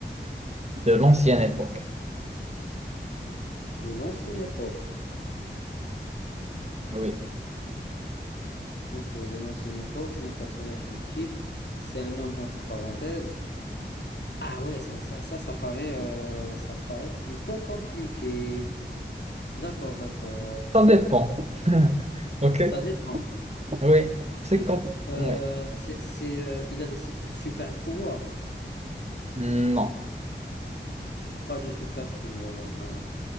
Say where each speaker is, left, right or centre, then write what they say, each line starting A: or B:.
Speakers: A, on the right (about 35°); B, on the left (about 65°).
A: de l'ancienne époque.
B: De l'ancienne époque.
A: Oui.
B: Ok, de l'ancienne époque, c'est un personnage fictif. C'est un homme entre parenthèses. Ah ouais, ça, ça, ça, ça paraît, euh, ça paraît plutôt compliqué. D'accord, d'accord.
A: Ça dépend. <laughs> Ok?
B: Ça dépend.
A: Oui.
B: Ok.
A: C'est quand...
B: Euh,
A: Oui.
B: c'est, c'est, euh, il a des super pouvoirs.
A: Non.
B: Pas de super pouvoirs. euh.